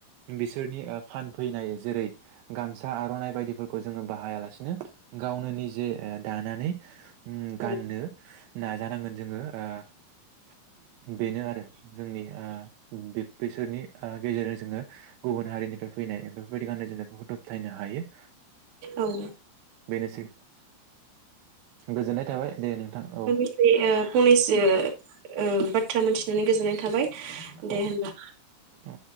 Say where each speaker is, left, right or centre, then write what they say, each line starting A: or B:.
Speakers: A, on the right; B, on the right.
A: बिसोरनि ओब फानफैनाय जेरै गामसा आर'नाइ बायदिफोरखौ जोङो बाहायालासिनो गावनो निजे ओ दानानै उम
B: औ
A: गाननो नाजानांगोन जोङो ओ बेनो आरो जोंनि ओ बिब बिसोरनि ओ गेजेरजों जोङो गुबुन हारिनिफ्राय फैनाय बेफोरबायदि गाननाय जोमनायफोरखौ दबथायनो हायो।
B: औ <unintelligible>
A: बेनोसै गोजोननाय थाबाय दे नोंथां औ
B: फंनैसो ओ बाद थ्रा मोनथिनानै गोजोननाय थाबाय।
A: औ
B: दे होनबा।
A: औ